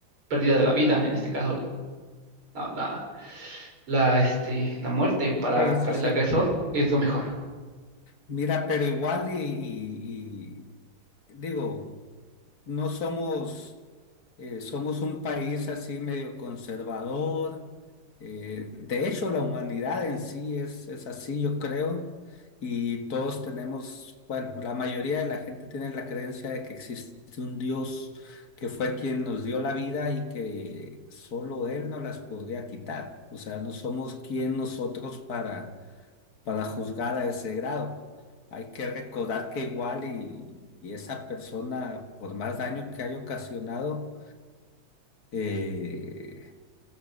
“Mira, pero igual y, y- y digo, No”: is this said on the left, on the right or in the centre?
Left